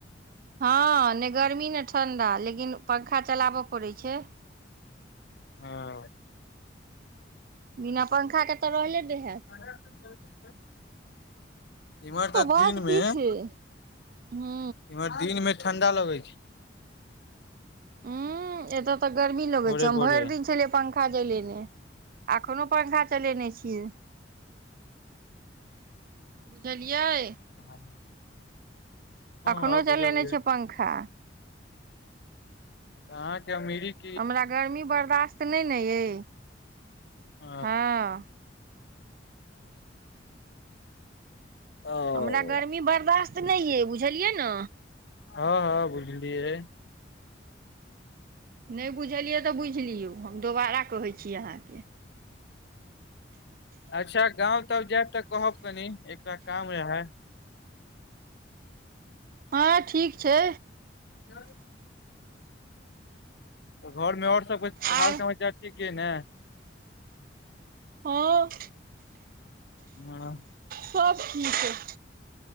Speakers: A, on the right (about 50°); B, on the left (about 65°).
A: हँ नहि गर्मी ने ठण्डा लेकिन पंखा चलाब पड़ै छै
B: हँ
A: बिना पंखाके तऽ रहले नै हैत
B: <unintelligible> <unintelligible>
A: तऽ बस
B: दिन मे
A: की छै हू
B: इम्हर दिन में ठंडा लगै छै
A: ह एत तऽ गर्मी लगै
B: भोरे
A: छै हम
B: भोरे
A: भरि दिन छलियै पंखा जलेने अखनो पंखा चलेने छ क बुझलियै
B: ह
A: अखनो
B: ह आ
A: चलेने
B: बुझलियै
A: छियै पंखा
B: तऽहाँके अमिरीक
A: हमरा गर्मी बर्दश्त नहि ने अइ
B: ह
A: हँ
B: ओ
A: हमरा गर्मी बर्दश्त नहि अइ बुझलियै न
B: हँ हँ बुझलियै
A: नहि बुझलियै तऽ बुझि लियौ हम दोबारा कहै छी अहाँके
B: अच्छा गाँंव तब जायब तऽ कहब कनी एकटा काम रहै
A: हँ ठीक छै
B: <unintelligible> तऽ घरमे ओर सबके
A: आर
B: हाल समाचार ठीक या ने
A: हाँ
B: हँ
A: सब ठीक ऐय